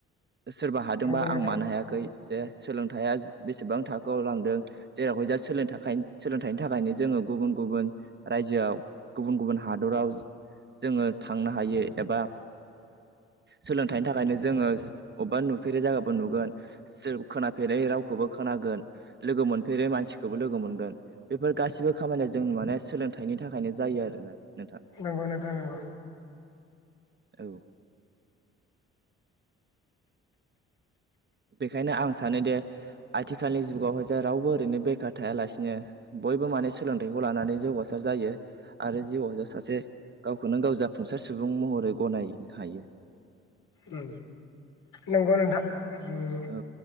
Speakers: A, on the right (about 30°); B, on the left (about 65°).
A: सोरबा हादोंबा
B: नंगौ नोंथां
A: आं मानो हायाखै। जे सोलोंथाइया बेसेबां थाखोआव लांदों जेरावहायजा सोलोंनो थाखाय सोलोंथाइनि थाखायनो जोङो गुबुन। गुबुन रायजोआव गुबुन-गुबुन हादराव जोङो थांनो हायो एबा सोलोंथाइनि थाखायनो जोङो। अबेबा नुफेरै जायगो नुगोन सोर खोनाफेरै रावखौबो खोनागोन लोगो मोनफेरै मानसिखौबो लोगो मोनगोन बेफोर गासिबो खामानिया जोंनि माने सोलोंथाइनि थाखायनो जायो आरोना। नोंथां
B: नंगौ नोंथां नंगौ।
A: औ। बेखायनो आं सानोदे आथिखालनि जुगावहाय जे रावबो ओरैनो बेखार थायालासिनो बयबो माने सोलोंथाइखौ लानानै जौगासार जायो आरो जिउआ सासे गावखौनो गाव जाफुंसार सुबुं महरै गनायनो हायो।
B: उम नोंगौ नोंथां। उम
A: औ